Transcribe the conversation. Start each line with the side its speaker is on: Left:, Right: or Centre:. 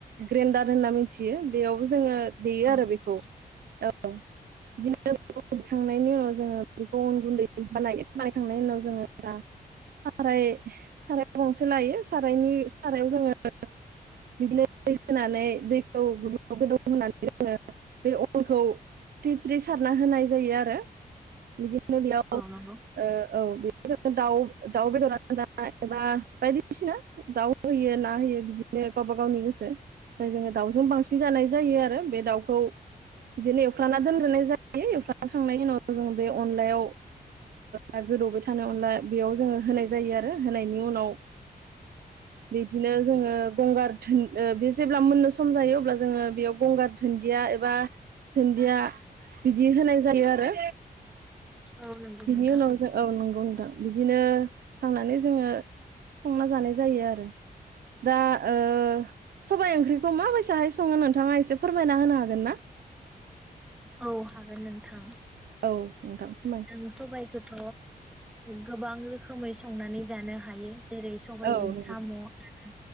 Right: ग्रेन्डार होनना मिथियो। बेयावबो जोङो देयो
Centre: औ
Right: आरो बेखौ औ बिदिनो बे दखांनायनि उनाव जोङो बेखौ अन गुन्दै बानाय बानायखांनायनि उनाव जोङो जा साराय साराय गंसे लायो। सारायनि सारायाव जोङो बिदिनो दै होनानै दैखौ गो गोदौ होनानै जोङो बे अनखौ फ्रि फ्रि सारना होनाय जायो आरो बिदि नो बेयाव ओ
Centre: नंगौ
Right: औ बे जों दाउ दाउ बेदरानो जा एबा बायदिसिना दाउ होयो ना होयो बिदि बिदिनो गावबा गावनि गोसो। फ्राय जोङो दाउजों बांसिन जानाय जायो आरो बे दाउखौ बिदिनो एवफ्राना दोनग्रोनाय जायो। एवफ्राना खांनायनि उनाव जोङो बे अनलायाव जा गोदौबाय थानाय अनला बेयाव जोङो होनाय जायो आरो होनायनि उनाव बिदिनो जोङो गंगार धोन ओ बे जेब्ला मोननो सम जायो अब्ला जोङो बेयाव गंगार धोनन्दिया एबा धोन्दिया बिदि होनाय जायो आरो।
Centre: औ नंगौ
Right: बिनि
Centre: नोंथां
Right: उनाव जों औ नंगौ नोंथां। बिदिनो खांनानै जोङो संना जानाय जायो आरो दा। ओ सबाइ ओंख्रिखौ मा बासाहाय सङो नोंथाङा एसे फोरमायना होनो हागोन ना?
Centre: औ हागोन नोंथां।
Right: औ नोंथां फोरमाय
Centre: जों सबाइखौथ' गोबां रोखोमै संनानै जानो हायो। जेरै सबायजों
Right: औ नंगौ
Centre: साम' आरो